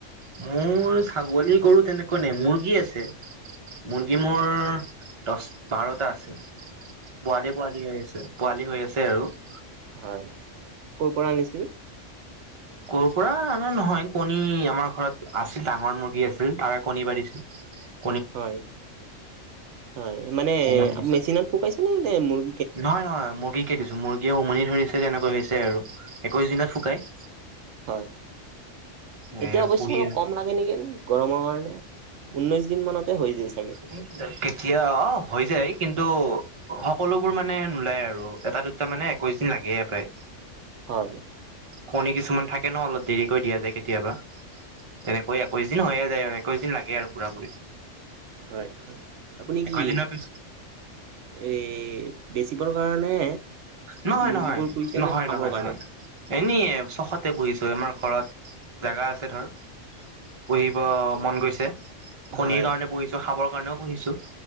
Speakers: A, on the right; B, on the right.
A: মোৰ ছাগলী - গৰু তেনেকুৱা নাই, মুৰ্গী আছে, মুৰ্গী
B: উম
A: মোৰ', দহ, বাৰটা আছে, পোৱালি - পোৱালি হৈ আছে, পোৱালি হৈ আছে আৰু ',
B: হয়, ক'ৰ পৰা আনিছিল?
A: ক'ৰ পৰা আনা নহয়, কণী আমাৰ ঘৰত আছিল, ডাঙৰ মুৰ্গী আছিল, তাৰে কণী পাৰ দিছিল', <unintelligible>
B: হয়, হয় মানে
A: উমনি দিছে
B: মেচিনত ফুটাইছিল নে মূৰ্গী?
A: নহয় - নহয়, মুৰ্গী কে দিছোঁ, মুৰ্গীয়েও উমনি ধৰিছে তেনেকৈ হৈছে আৰু, একৈশ দিনত ফুটাই',
B: হয়,
A: এ
B: এতিয়া অৱশ্যে
A: পুহি
B: অলপ কম লাগ', এনেকে, গৰমৰ কাৰণে, ঊনৈশ দিন মানতে হৈ যায় চাগে',
A: উম', কেতিয়া অ', হৈ যায় কিন্তু', সকলোবোৰ মানে নোলায় আৰু, এটা - দুটা মানে একৈশ দিন লাগে প্ৰায়',
B: হয়',
A: কণী কিছুমান থাকে ন অলপ দেৰিকৈ দিয়ে যায় কেতিয়াবা', তেনেকৈ একৈশ দিন হৈয়ে যায় আৰু একৈশ দিন লাগে আৰু', পুৰা পুৰি
B: হয়-হয় আপুনি
A: একৈশ
B: কি?
A: দিনৰ পিছত
B: এই, বেচিবৰ কাৰণে?
A: নহয়
B: মুৰ্গীবোৰ
A: - নহয়,
B: পুহিছে
A: নহয়
B: নে খাবৰ
A: - নহয়
B: কাৰণে
A: - নহয়', এনেই চখতে পুঁহিছো আমাৰ ঘৰত, জেগা আছে ধৰ', পুঁহিব মন গৈছে, কণীৰ
B: হয়
A: কাৰণে পুঁহিছো, খাবৰ কাৰণেও পুঁহিছো',